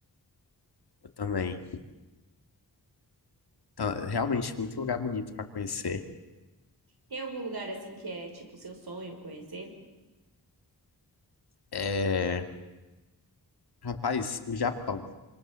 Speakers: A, on the left; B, on the right.
A: eu também. Então, é realmente, muito lugar bonito para conhecer.
B: Tem algum lugar assim que é tipo seu sonho conhecer?
A: É, rapaz, o Japão.